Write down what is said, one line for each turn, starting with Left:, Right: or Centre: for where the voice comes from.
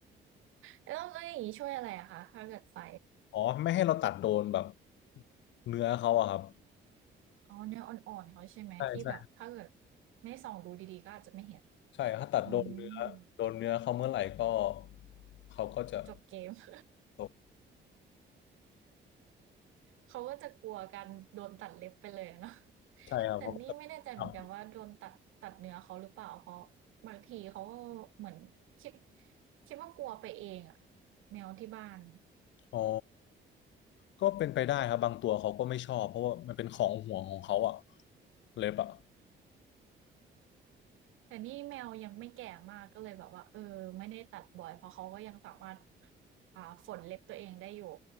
Right: แล้วแล้วอย่างนี้ช่วยอะไรอะคะถ้าเกิดไฟ
Left: อ๋อไม่ให้เราตัดโดนแบบเนื้อเขาอะครับ
Right: อ๋อเนื้ออ่อนๆเขาใช่ไหมที่แบบถ้าเกิด
Left: ใช่ใช่
Right: ไม่ส่องดูดีๆก็อาจจะไม่เห็น
Left: ใช่ถ้าตัดโดนเนื้อโดนเนื้อเขาเมื่อไหร่ก็
Right: อืม
Left: เขาก็จะ
Right: จบเกม <laughs>
Left: ตก
Right: เขาก็จะกลัวการโดนตัดเล็บไปเลยเนาะ <laughs>
Left: ใช่ครับเพราก็จะครับ
Right: แต่นี่ไม่แน่ใจเหมือนกันว่าโดนตัดตัดเนื้อเขาหรือเปล่าเพราะบางทีเขาก็เหมือนคิดคิดว่ากลัวไปเองอะแมวที่บ้าน
Left: อ๋อก็เป็นไปได้ครับบางตัวเขาก็ไม่ชอบเพราะว่ามันเป็นของห่วงของเขาอะเล็บอะ
Right: แต่นี่แมวยังไม่แก่มากก็เลยแบบว่าเออไม่ได้ตัดบ่อยเพราะเขาก็ยังสามารถอ่าฝนเล็บตัวเองได้อยู่